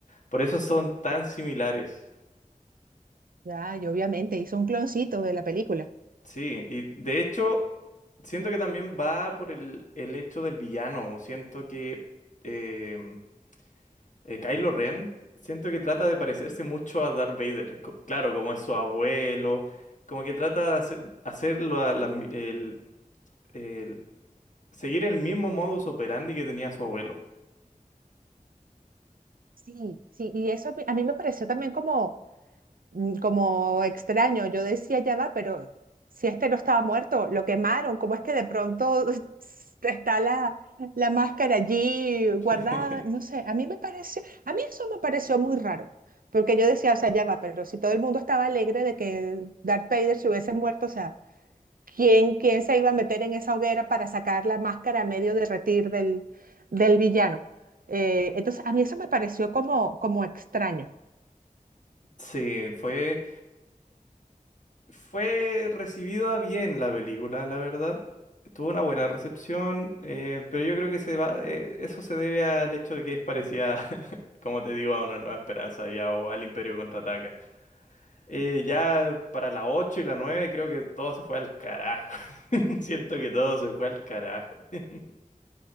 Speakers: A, on the left (about 60°); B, on the right (about 90°).
A: Por eso son tan similares.
B: Ya, y obviamente hizo un cloncito de la película.
A: Sí, y de hecho, siento que también va por el, el hecho del villano. Siento que... em, Eh, Kylo Ren, siento que trata de parecerse mucho a Darth Vader. Co- claro, como es su abuelo, como que trata de hacer, hacer la- la mi- el, el- seguir el mismo modus operandi que tenía su abuelo.
B: Sí, sí, y eso a mí, a mí me pareció también como, mm, como extraño. Yo decía, ya va, pero si este no estaba muerto, lo quemaron, ¿cómo es que de pronto <laughs> está la, la máscara allí
A: <laughs>
B: guardada? No sé, a mí me pareció, a mí eso me pareció muy raro, porque yo decía, o sea, ya va, pero si todo el mundo estaba alegre de que Darth Vader se hubiese muerto, o sea, ¿quién, quién se iba a meter en esa hoguera para sacar la máscara a medio derretir del, del villano? Eh, entonces, a mí eso me pareció como, como extraño.
A: Sí, fue, fue recibida bien la película, la verdad. Tuvo una buena recepción, eh, pero yo creo que se va, eh, eso se debe al hecho de que es parecida, <laughs> como te digo, a una nueva esperanza ya o al Imperio Contraataca. Eh, ya para las 8 y las 9 creo que todo se fue al carajo. <laughs> Siento que todo se fue al carajo. <laughs>